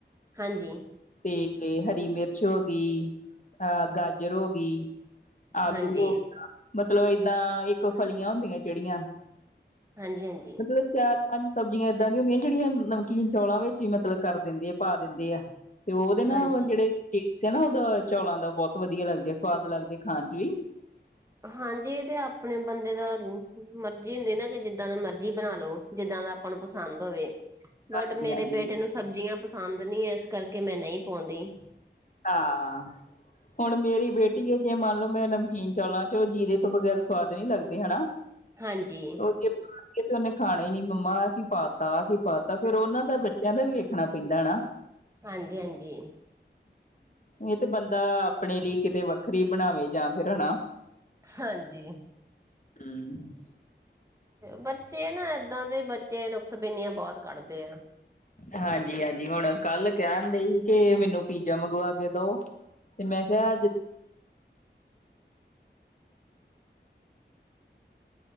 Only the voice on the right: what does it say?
ਹਾਂਜੀ।
ਹਾਂਜੀ
ਹਾਂਜੀ, ਹਾਂਜੀ।
ਹਾਂਜੀ
ਹਾਂਜੀ ਇਹ ਤੇ ਆਪਣੇ ਬੰਦੇ ਦਾ, ਮਰਜੀ ਹੁੰਦੀ ਨਾ ਕਿ ਜਿੱਦਾਂ ਦਾ ਮਰਜੀ ਬਣਾ ਲਓ, ਜਿੱਦਾਂ ਦਾ ਆਪ ਨੂੰ ਪਸੰਦ ਹੋਵੇ,
ਬਟ ਮੇਰੇ
ਬੇਟੇ ਨੂੰ ਸਬਜ਼ੀਆਂ ਪਸੰਦ ਨਹੀਂ, ਇਸ ਕਰਕੇ ਮੈਂ ਨਹੀਂ ਪਾਉਂਦੀ।
ਹਾਂਜੀ।
ਹਾਂਜੀ, ਹਾਂਜੀ।
ਹਾਂਜੀ।
ਬੱਚੇ ਨਾ ਏਦਾਂ ਦੇ ਬੱਚੇ, ਨੁਕਸ ਬੇਨੀਆਂ ਬਹੁਤ ਕੱਢਦੇ ਆ।